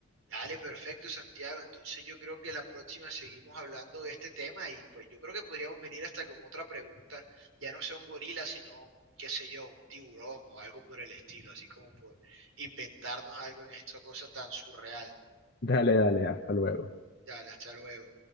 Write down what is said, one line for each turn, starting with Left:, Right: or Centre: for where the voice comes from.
Right: Dale, perfecto, Santiago. Entonces yo creo que la próxima seguimos hablando de este tema y pues yo creo que podríamos venir hasta con otra pregunta. Ya no sea un gorila, sino, qué sé yo, un tiburón o algo por el estilo, así como por inventarnos algo en esta cosa tan surreal.
Left: Dale, dale, hasta luego.
Right: Dale, hasta luego.